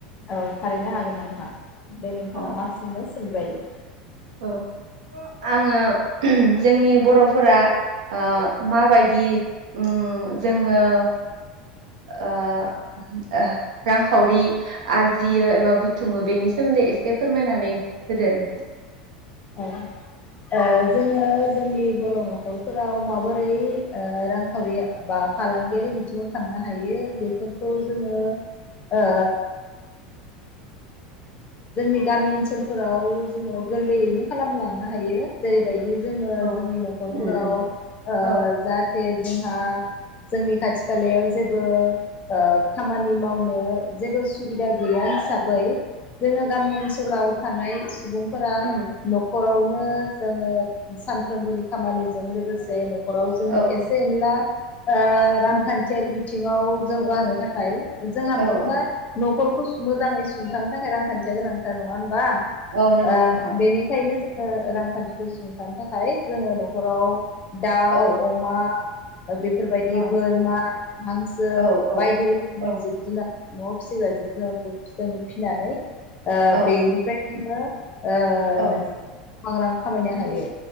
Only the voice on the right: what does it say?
अ
औ आङो जोंनि बर'फोरा ओ माबायदि। उम जोङो। ओ ओहो रांखावरि आरजियो एबा बुथुमो बेनि सोमोन्दै एसे फोरमायनानै होदो नोंथां।
औ
उम उम
औ
उम
औ औ
उम
औ
औ
औ नंगौ
नोंथां
औ
औ
औ औ
औ
औ
औ